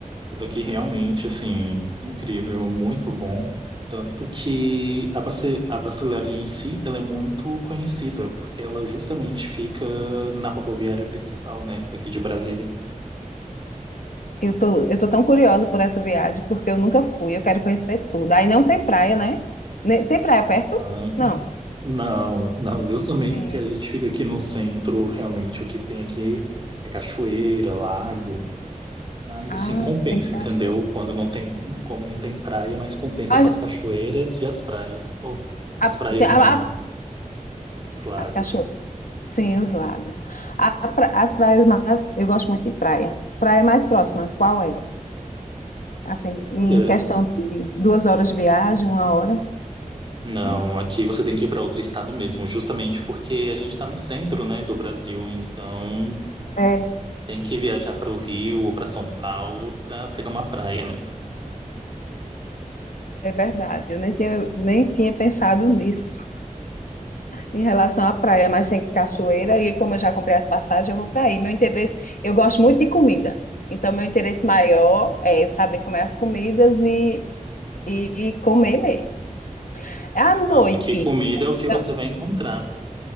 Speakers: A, on the right; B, on the left.
A: O daqui realmente, assim, incrível, muito bom. Tanto que a passe- a pastelaria em si, ela é muito conhecida, porque ela justamente fica na rodoviária principal, né, aqui de Brasília.
B: Eu tô, eu tô tão curiosa por essa viagem, porque eu nunca fui, eu quero conhecer tudo. Aí não tem praia, né? Ne- Tem praia perto?
A: Ah,
B: Não.
A: Não, não, justamente
B: Tem.
A: porque a gente fica aqui no centro, realmente o que tem aqui é cachoeira, lago, mas
B: Ah,
A: assim, compensa,
B: tem cachoeira.
A: entendeu? Quando não tem, como não tem praia, mas compensa
B: A-
A: com as cachoeiras e as praias. Ou, as
B: a-
A: praias
B: tem a-
A: não,
B: a-
A: os lagos.
B: as cachoeiras. Sim, os lagos. A pra- as praias mais. Eu gosto muito de praia. Praia mais próxima, qual é? Assim,
A: Olha,
B: em questão de duas horas de viagem, uma hora?
A: Não,
B: Não.
A: aqui você tem que ir para outro estado mesmo, justamente porque a gente está no centro, né, do Brasil, então
B: É,
A: tem que viajar para o Rio ou para São Paulo para pegar uma praia, né?
B: é verdade. Eu nem tinha, nem tinha pensado nisso. em relação à praia, mas tem cachoeira e como eu já comprei as passagens, eu vou para aí. Meu interesse, eu gosto muito de comida, então meu interesse maior é saber comer as comidas e, e comer mesmo. É à
A: Não,
B: noite.
A: aqui comida é o que
B: Então,
A: você vai encontrar.